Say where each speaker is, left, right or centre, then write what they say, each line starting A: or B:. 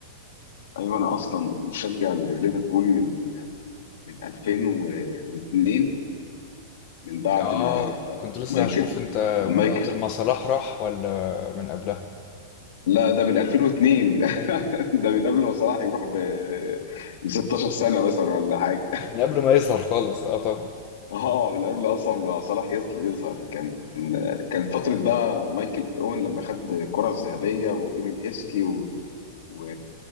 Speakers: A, on the left; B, on the left.
A: ايوه انا اصلا مشجع ليفربول من من 2002 من بعد
B: اه
A: ما
B: كنت لسه
A: مايكل
B: هشوف انت
A: من
B: من
A: مايكل
B: وقت ما صلاح راح ولا من قبلها
A: لا ده من 2002 <laughs> ده من قبل ما صلاح يروح ب ب 16 سنه مثلا ولا حاجه
B: من قبل ما يظهر خالص اه طبعا
A: اه من قبل اصلا ما صلاح يصل يظهر كان كان فتره بقى مايكل اوين لما خد الكره الذهبيه وايميل هيسكي و... و...